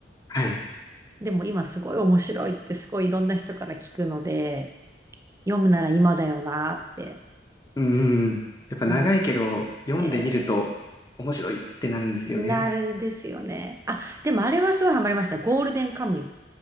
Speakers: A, on the left; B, on the right.
A: はい。
B: でも今すごい面白いってすごいいろんな人から聞くので、読むなら今だよなって
A: うんうんうん。やっぱ長いけど、
B: 思っ
A: 読んでみると面白いってなるんですよね。
B: て、なるですよね。あ、でもあれはすごいハマりました。ゴールデンカムイ。